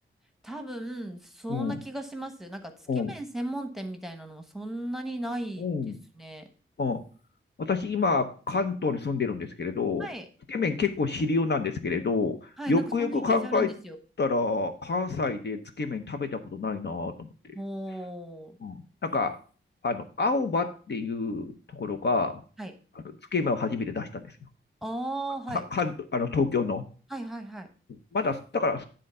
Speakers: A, in the centre; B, on the left.
A: 多分、そんな気がします。
B: うん。
A: なんか、つけ麺専門店みたいなのもそんなにないですね。
B: うん。うん。うん。私、今、関東に住んでるんですけれど、
A: はい
B: つけ麺結構主流なんですけれど、
A: はい、
B: よくよく考えたら、
A: なんかそんなイメージあるんですよ。
B: 関西でつけ麺食べたことないなと思って。
A: ほー。
B: うん。なんか、あの、青葉っていうところが、
A: はい。
B: あのつけ麺を初めて出したんですよ。
A: ああ、はい。
B: か、関東、あの、東京の。
A: はいはいはい。
B: まだ、だから、